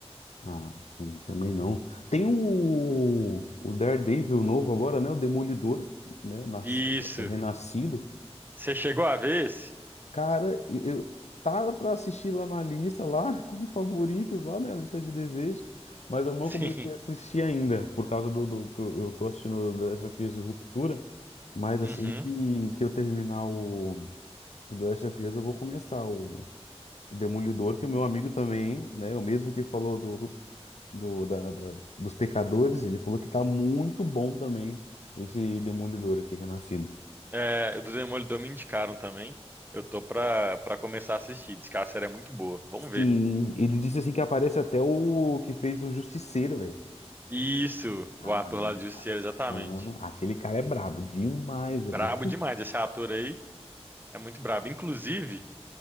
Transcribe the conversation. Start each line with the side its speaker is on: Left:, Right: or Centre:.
Left: Ah, sim, também não. Tem o, o Daredevil novo agora, né? O Demolidor, né? Nas-
Right: Isso.
Left: renascido.
Right: Você chegou a ver esse?
Left: Cara, eu, eu tava para assistir lá na lista, lá <laughs> como favoritos, lá na lista de desejos, mas eu não
Right: <laughs> Sim.
Left: comecei a assistir ainda, por causa do, do que eu, eu tô assistindo The Last of Us e Ruptura, mas assim
Right: Uhum.
Left: que, que eu terminar o, o The Last of Us, eu vou começar o, o Demolidor, que o meu amigo também, né, o mesmo que falou do, Ru- do, da, da- dos Pecadores, ele falou que tá muito bom também esse Demolidor aqui, Renascido.
Right: É, o do Demolidor me indicaram também. Eu tô pra, pra começar a assistir. Diz que a série é muito boa. Vamos ver.
Left: Sim, ele disse assim que aparece até o que fez o Justiceiro, velho.
Right: Isso,
Left: Ah,
Right: o ator lá do Justiceiro, exatamente.
Left: mano, aquele cara é brabo demais,
Right: Brabo
Left: velho.
Right: demais. Esse ator aí é muito brabo. Inclusive,